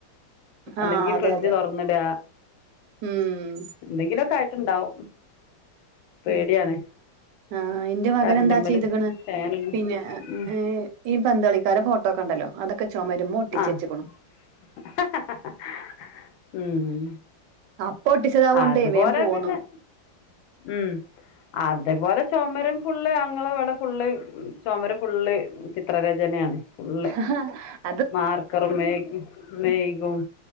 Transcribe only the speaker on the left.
അല്ലെങ്കി
ഫ്രിഡ്ജ്
തുറന്നിട്ക
എന്തെങ്കിലും ഒക്കെ ആയിട്ടുണ്ടാവും പേടിയാണ്
കറണ്ടിന്മേലും
ഫാനും
ഉം
ആ
<unintelligible> ഉം
അതു
പോലെ
പിന്നെ ഉം അതേ പോലെ ചോമര് ഫുള്ള് ഞങ്ങള ഇവടെ ഫുള്ള് ചോമര് ഫുള്ള് ചിത്രരചനയാണ് ഫുള്ള്
മാർക്കറും മേയ്ഗും മെയ്ഗും